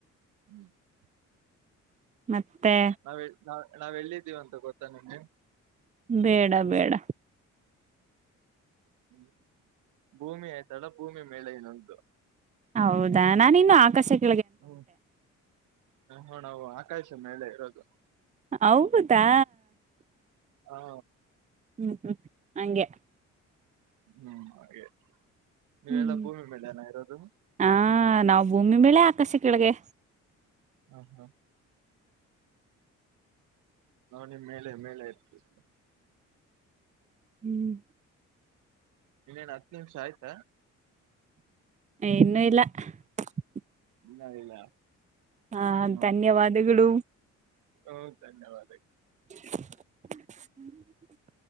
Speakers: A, on the right; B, on the right.
A: ಹ್ಮ್ <unintelligible>
B: ಮತ್ತೆ
A: ನಾವ್ ನಾವ್ ನಾವ್ ಎಲ್ಲಿದ್ದೀವ ಅಂತ ಗೊತ್ತಾ ನಿಮಗೆ
B: ಬೇಡ ಬೇಡ
A: ಹ್ಮ ಭೂಮಿ ಆಯ್ತಾಳ ಭೂಮಿ ಮೇಳೆ ಇನ್ನೊಂದುು
B: ಹೌದಾ ನಾನ ಇನ್ನು ಆಕರ್ಶಕ್ಕೆ
A: ಹ್ಮ್ ಹಣ ಆಕಾಸ ಮೇಲೆ ಇರೋದು
B: ಹೌದಾ
A: ಹಾ
B: ಹ್ಮ್ ಹ್ಮ್ ಹಂಗೆ
A: ಹ್ಮ್ ಹಾಗೆ ನೀವೆಲ್ಲ
B: ಹ್ಮ್
A: ಭೂಮಿ ಮೇಲೆ ನಇರೋದು
B: ಹಾ ನಾವು ಭೂಮಿ ಮೇಲೆ ಆಕರ್ಷ ಕೆಳಗೆ
A: ಹ್ಮ ಹ್ಮ ನಾ ನಿಮ್ ಮೇಲೆ ಮೇಲೆ ಇರ್ತೀಲ್ಲ
B: ಹ್ಮ್
A: ಇನ್ನೇನ್ ಹತ್ತು ನಿಮಿಷ ಆಯ್ತಾ
B: ಇನ್ನುೂ ಇಲ್ಲ <inaudible>
A: ಇನ್ನು ಇಲ್ಲ
B: ಹಾ
A: ಹ್ಮ
B: ಧನ್ಯವಾದಗಳು
A: ಹ್ಮ ಧನ್ಯವಾದ
B: ಹ್ಮ್ <unintelligible>